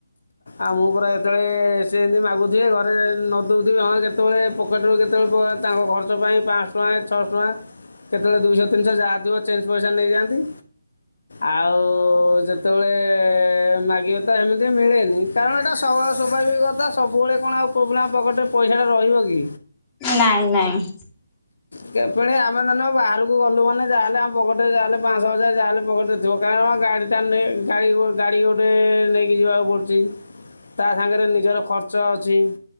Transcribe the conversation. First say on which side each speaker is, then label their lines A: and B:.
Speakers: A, on the left; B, on the left.
A: ଆଉ ମୁଁ ପୁରା ଯେତେବେଳେ ସେ ଏମିତି ମାଗୁଥିବେ ଘରେ ନଦେଉଥିବେ ହଁ କେତେବେଳେ ପକେଟରୁ କେତେବେଳେ କୁଆଡେ ତାଙ୍କ ଖର୍ଚ୍ଚ ପାଇଁ ପାଁ ଶହ ଟଙ୍କା ଛଅ ଶହ ଟଙ୍କା କେତେବେଳେ ଦୁଇ ଶହ ତିନି ଶହ ଯହାଥିବ ଚେଞ୍ଚ ପଇସା ନେଇଯାଆନ୍ତି। ଆଉ ଯେତେବେଳେ ମାଗିବ ତ ଏମିତି ମିଳେନି କାରଣ ଏଇଟା ସୱା ସ୍ୱଭାବିକ କଥା ସବୁବେଳେ କଣ ଆଉ ପୁଅ ପିଲାଙ୍କ ପକେଟରେ ପଇସାଟା ରହିବ କି?
B: ନାଇଁ ନାଇଁ।
A: କେବେଲେ ଆମେ ନନେ ବାହାରକୁ ଗଲୁ ମାନେ ଯାହା ହେଲେ ଆମ ପକେଟରେ ଯାହା ହେଲେ ଯାହା ହେଲେ ପାଁ ଶହ ହଜାରେ ଯାହା ହେଲେ ପକେଟରେ ଦୋକାନ ଗାଡ଼ି ତାର ନେ ଗାଡ଼ି ଗୋ ଗାଡ଼ି ଗୋଟେ ନେଇକି ଯିବାକୁ ପଡ଼ୁଛି।
B: ମାଙ୍କଡ଼
A: ତା ସାଙ୍ଗରେ ନିଜର ଖର୍ଚ୍ଚ ଅଛି।